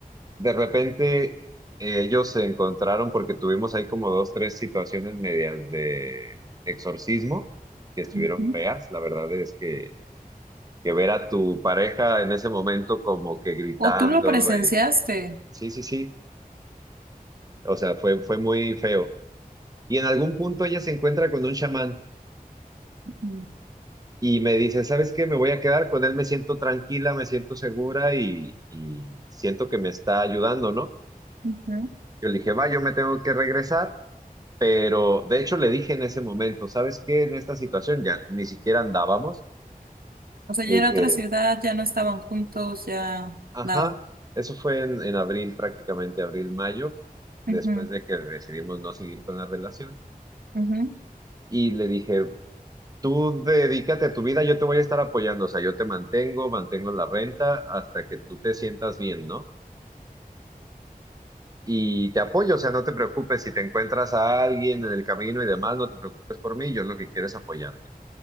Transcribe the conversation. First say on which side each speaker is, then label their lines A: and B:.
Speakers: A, on the right; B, on the right.
A: de repente eh, ellos se encontraron porque tuvimos ahí como dos, tres situaciones medias de exorcismo que estuvieron
B: Ujú.
A: feas. La verdad es que que ver a tu pareja en ese momento como que gritando.
B: O tú lo presenciaste.
A: eh, sí, sí, sí. O sea, fue, fue muy feo. Y en algún punto ella se encuentra con un chamán
B: Ujú.
A: y me dice, ¿sabes qué? Me voy a quedar con él, me siento tranquila, me siento segura y, y siento que me está ayudando, ¿no?
B: Ujú.
A: Yo le dije, va, yo me tengo que regresar, pero de hecho le dije en ese momento, ¿sabes qué? En esta situación ya ni siquiera andábamos.
B: O sea,
A: Le
B: ya era
A: dije,
B: otra ciudad, ya no estaban juntos, ya
A: Ajá,
B: nada.
A: eso fue en, en abril, prácticamente abril, mayo, después
B: Ujú,
A: de que decidimos no seguir con la relación.
B: ujú.
A: Y le dije, tú dedícate a tu vida, yo te voy a estar apoyando, o sea, yo te mantengo, mantengo la renta hasta que tú te sientas bien, ¿no? Y te apoyo, o sea, no te preocupes, si te encuentras a alguien en el camino y demás, no te preocupes por mí, yo lo que quiero es apoyarte.